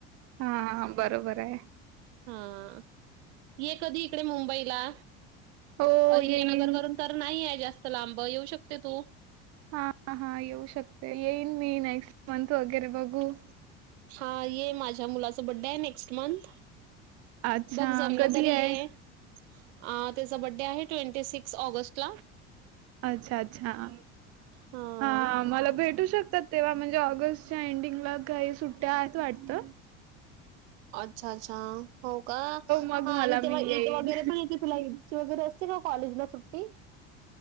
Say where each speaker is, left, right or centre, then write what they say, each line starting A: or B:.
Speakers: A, on the right (about 50°); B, on the right (about 80°).
A: हा हा बरोबर आहे.
B: हा. ये कधी इकडे मुंबईला.
A: हो
B: अहिल्यानगरवरून
A: येईन.
B: तर नाही आहे जास्त लांब. येऊ शकते तू-
A: हा हा येऊ शकते. येईन मी नेक्स्ट मंथ वगैरे बघू-
B: हा ये माझ्या मुलाच बडे्ड आहे नेक्स्ट मंथ.
A: अच्छा,
B: बघ जमलं
A: कधी
B: तर
A: आहे?
B: ये. <inaudible> आ त्याचा बड्डे आहे ट्वेंटी सिक्स ऑगस्ट ला.
A: अच्छा! अच्छा! <inaudible>
B: हां.
A: हा मला भेटू शकतात तेव्हा म्हणजे ऑगस्टच्या एंडिंगला काही सुट्ट्या आहेत वाटत.
B: अच्छा! अच्छा! हो का?
A: मग
B: हा
A: मला
B: आणि
A: मी
B: तेव्हा
A: येईन.
B: ईद वगैरे पण येते- तुला ईदची वगैरे असते ना कॉलेजला सुट्टी.